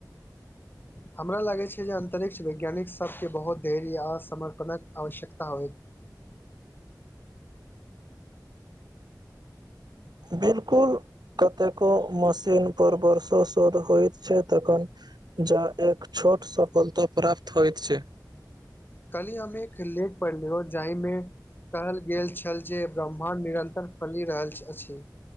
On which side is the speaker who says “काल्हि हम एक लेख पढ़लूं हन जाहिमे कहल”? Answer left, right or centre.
Left